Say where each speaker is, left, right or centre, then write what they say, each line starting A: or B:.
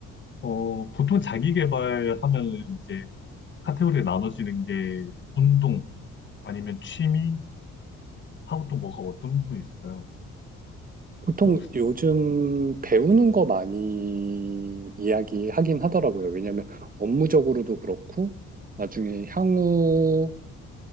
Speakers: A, on the left; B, on the right.
A: 어, 보통 자기 개발하면 이제 카테고리에 나눠지는 게 운동, 아니면 취미? 하고 또 뭐가 어떤 부분이 있을까요?
B: 보통
A: 복사.
B: 요즘 배우는 거 많이 이야기하긴 하더라고요. 왜냐하면 업무적으로도 그렇고 나중에 향후